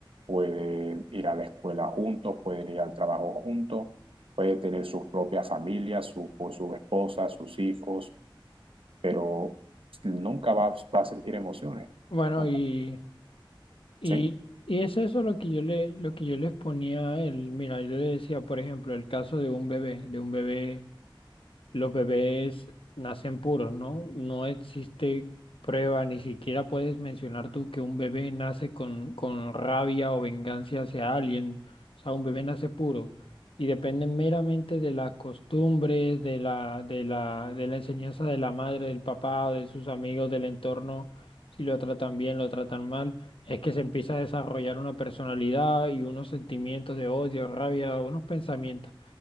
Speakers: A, on the right (about 85°); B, on the left (about 80°).
A: pueden ir a la escuela juntos, pueden ir al trabajo juntos, pueden tener sus propias familias, su, o su esposa, sus hijos, pero nunca va, va a sentir emociones.
B: Bueno,
A: Nunca.
B: y, y,
A: Sí,
B: y es eso lo que yo le, lo que yo les ponía a él. Mira, yo le decía, por ejemplo, el caso de un bebé, de un bebé los bebés nacen puros, ¿no? No existe prueba, ni siquiera puedes mencionar tú que un bebé nace con, con rabia o venganza hacia alguien. O sea, un bebé nace puro y depende meramente de las costumbres, de la, de la, de la enseñanza de la madre, del papá o de sus amigos, del entorno, si lo tratan bien, lo tratan mal. Es que se empieza a desarrollar una personalidad y unos sentimientos de odio, rabia, unos pensamientos.